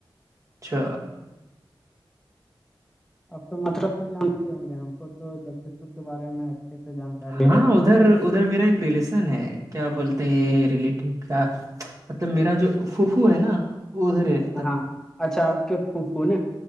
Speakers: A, on the right; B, in the centre.
A: چھ
B: اب تو متفرپور جانتے ہی ہوں گے ہم کو تو جگدیش پور کے بارے میں اچھے سے جانکاری
A: ہاں
B: ہے
A: ادھر ادھر میرا ایک ریلیسن ہے کیا بولتے ہیں یہ ریلیٹیو کیا مطلب میرا جو پوفو ہے نا وہ ادھر ہی رہ
B: ہاں اچھا آپ کے پھو پھوون